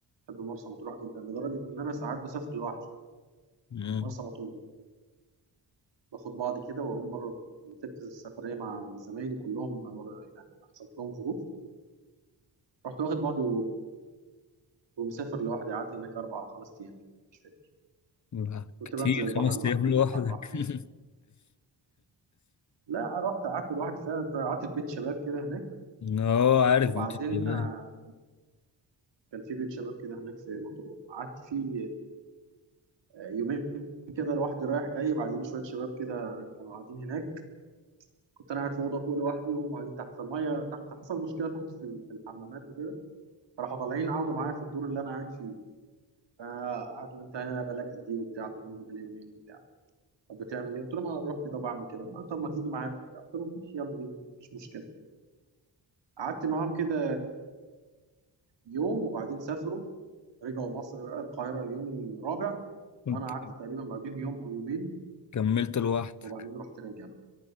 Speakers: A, on the right; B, on the left.
A: بحب مرسى مطروح جدا لدرجه ان انا ساعات بسافر لوحدي
B: مم.
A: مرسى مطروح باخد بعضي كده واقوم مره رتبت السفريه مع زمايلي كلهم مر... يعني حصلت لهم ظروف رحت واخد بعضي ومسافر لوحدي قعدت هناك اربع او خمس ايام كده مش فاكر
B: لا،
A: كنت
B: كتير
A: بنزل البحر
B: خمس
A: لوحدي
B: أيام لوحدك
A: واطلع لوحدي
B: <laughs>
A: لا رحت قعدت لوحدي فعلا قعدت في بيت شباب كده هناك
B: اه عارف
A: وبعدين
B: بيوت الشباب
A: آه، كان في بيت شباب كده هناك في مطروح قعدت فيه آه، يومين كده لوحدي رايح جاي بعدين شويه شباب كده كانوا قاعدين هناك كنت انا قاعد في اوضه فوق لوحدي وهم قاعدين تحت في الميه تحت حصل مشكله تحت في ال- في الحمامات وكده فراحوا طالعين قعدوا معايا في الدور اللي انا قاعد فيه فقعدوا انت هنا بقالك قد ايه وبتاع قلت لهم انا بقالي يومين وبتاع طب بتعمل ايه؟ قلت لهم انا بروح كده بعمل كده قالوا طب ما تيجي معانا وبتاع قلت لهم ماشي يلا بينا مفيش مشكله قعدت معاهم كده يوم وبعدين سافروا رجعوا مصر بقى القاهره اليوم الرابع
B: كنت
A: وانا قعدت تقريبا بعدهم يوم او يومين
B: كملت لوحدك
A: وبعدين رحت راجع بقى